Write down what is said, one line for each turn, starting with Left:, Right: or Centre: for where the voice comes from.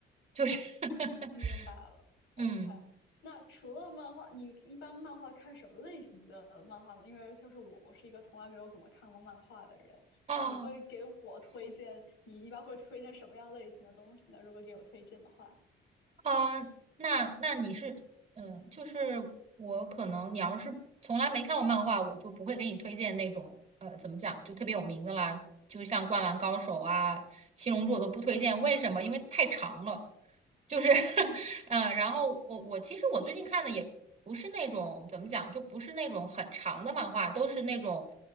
Right: 就是 <laughs>
Left: 明白了，OK。
Right: 嗯。
Left: 那除了漫画，你一般漫画看什么类型的漫画呢？因为就是我，我是一个从来没有怎么看过漫画的人。
Right: 啊。
Left: 你会给我推荐，你一般会推荐什么样类型的东西呢？如果给我推荐的话
Right: 啊，那那你是，嗯，就是我可能你要是从来没看过漫画，我就不会给你推荐那种，呃，怎么讲，就特别有名的啦，就像《灌篮高手》啊、《七龙珠》我都不推荐，
Left: ，OK，
Right: 为什么？因为太长了，就是 <laughs>
Left: 嗯，
Right: 嗯，然后我我其实我最近看的也不是那种怎么讲，就不是那种很长的漫画，都是那种